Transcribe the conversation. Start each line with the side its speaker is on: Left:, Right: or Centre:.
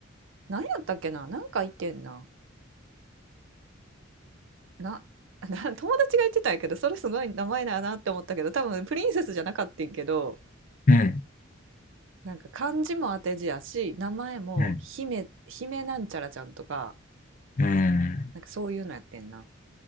Right: 何やったっけななんか言ってんな。な <laughs>、な友達が言ってたんやけど、それすごい名前だなって思ったけど、多分プリンセスじゃなかったんけど、
Left: うん。
Right: なんか漢字も当て字やし、名前も姫、
Left: うん。
Right: 姫なんちゃらちゃんとか、
Left: うん。
Right: なんかそういうのやってんな。